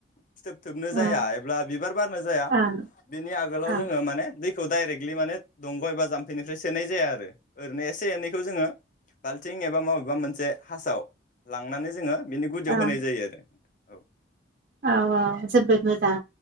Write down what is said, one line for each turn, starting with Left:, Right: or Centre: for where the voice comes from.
Left: फिथोब थोबनो जाया
Right: औ
Left: एबा बिबार बारनो जाया
Right: ओं
Left: बेनि आगोलाव
Right: ओं
Left: जोङो माने दै खौ डाइरेक्टलि माने दंग एबा जाम्फैनिफ्राय सोनाय जाया आरो। आरो ओरैनो एसे एनैखौ जोङो बाल्थिं एबा माबेबा मोनसे हासाव लांनानै जोङो बिनि गुदियाव
Right: ओं
Left: होनाय जायो आरो औ
Right: औ औ जोबोद मोजां